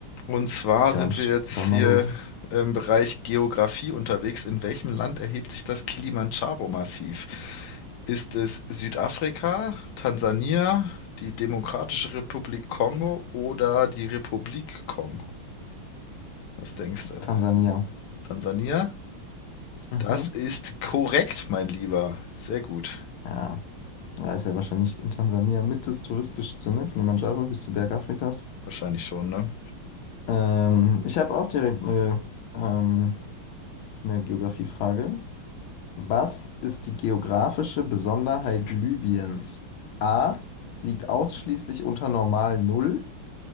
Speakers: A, on the left (about 65°); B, on the left (about 75°).
A: und zwar
B: Dann,
A: sind
B: sch-
A: wir jetzt
B: dann
A: hier
B: mal los.
A: im Bereich Geografie unterwegs. In welchem Land erhebt sich das Kilimandscharo-Massiv? Ist es Südafrika, Tansania, die Demokratische Republik Kongo oder die Republik Kongo? Was denkst du?
B: Tansania.
A: Tansania?
B: Mhm.
A: Das ist korrekt, mein Lieber. Sehr gut.
B: Ja, da ist ja wahrscheinlich in Tansania mit das touristischste, ne? Kilimanjaro, höchste Berg Afrikas.
A: Wahrscheinlich schon, ne?
B: Ähm, ich habe auch direkt eine, ähm, eine Geografiefrage. Was ist die geografische Besonderheit Libyens? A. Liegt ausschließlich unter Normal Null.